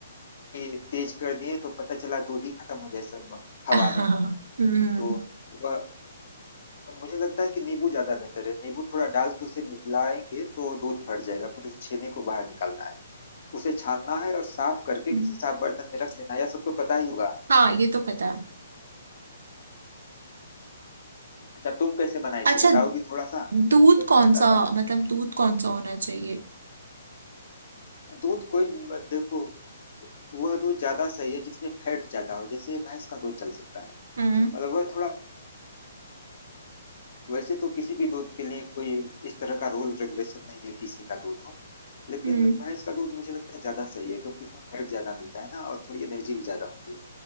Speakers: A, on the left; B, on the right.
A: तेज कर दिए तो पता चला दूध ही खत्म हो जाए सब हवा
B: हाँ,
A: में
B: हम्म
A: तो वह मुझे लगता है कि नींबू ज्यादा बेहतर है नींबू थोड़ा डाल के उसे मिलाएंगे तो दूध फट जाएगा फिर उस छेने को बाहर निकालना है उसे छानना है और साफ करके
B: अच्छा,
A: किसी साफ बर्तन में रख देना है। यह सब तो पता ही होगा
B: हाँ ये तो पता है
A: अच्छा तुम कैसे बनाई
B: अच्छा
A: थी बताओगी थोड़ा सा
B: दूध
A: फिर
B: कौन
A: मैं बताता
B: सा
A: हूँ
B: मतलब दूध कौन सा होना चाहिए
A: दूध कोई देखो वह दूध ज्यादा सही है जिसमें फैट ज्यादा हो जैसे भैंस का दूध चल सकता है
B: हम्म
A: मतलब वह थोड़ा वैसे तो किसी भी दूध के लिए कोई इस तरह का रूल रेगुलेशन नहीं है किसी का दूध हो लेकिन
B: हम्म
A: भैंस का दूध मुझे लगता है ज्यादा सही है क्योंकि उसमें फैट ज्यादा मिलता है ना और थोड़ी एनर्जी भी ज्यादा होती है